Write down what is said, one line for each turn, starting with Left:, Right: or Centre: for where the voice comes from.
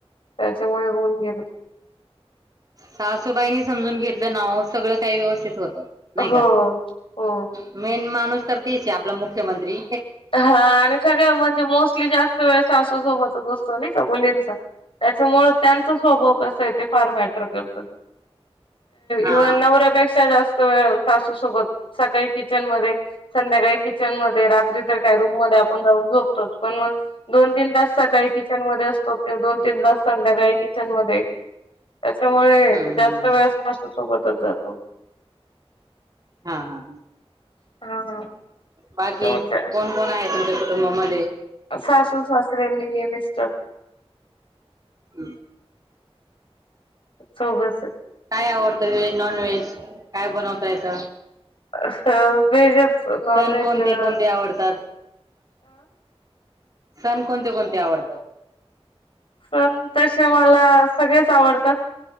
Left: त्याच्यामुळे होऊन गेलं.
Right: सासूबाईनी समजून घेतलं ना ओ सगळं काही व्यवस्थित होतं. नाही
Left: हो
Right: का?
Left: हो
Right: मेन माणूस तर तेच आहे आपला मुख्यमंत्री.
Left: हा आणि सगळं म्हणजे मोस्टली जास्त वेळ सासू सोबतच असतो नाही का मुलींचा. त्याच्यामुळे त्यांचा स्वभाव कसा आहे ते फार मॅटर करतं.
Right: हा
Left: इव्हन नवऱ्यापेक्षा जास्त वेळ सासूसोबत सकाळी किचन मध्ये संध्याकाळी किचन मध्ये रात्री तर काय रूम मध्ये आपण जाऊन झोपतोच, पण मग दोन तीन तास सकाळी किचन मध्ये असतो, ते दोन तीन तास संध्याकाळी किचन मध्ये त्याच्यामुळे
Right: हम्म
Left: जास्त
Right: हम्म
Left: वेळ सासू सोबतच जातो.
Right: हा हा,
Left: हा हा
Right: बाकी
Left: त्यामुळे
Right: कोण कोण आहे तुमच्या कुटुंबामध्ये?
Left: सासू, सासरे मी मिस्टर.
Right: हम्
Left: चौघ <unintelligible>
Right: काय आवडतं व्हेज नॉनव्हेज? काय बनवता येत?
Left: अस व्हेजच. नॉनव्हेज
Right: सण कोणते
Left: -अ?
Right: कोणते आवडतात सण कोणते कोणते आवडतात?
Left: सण तसे मला सगळेच आवडतात.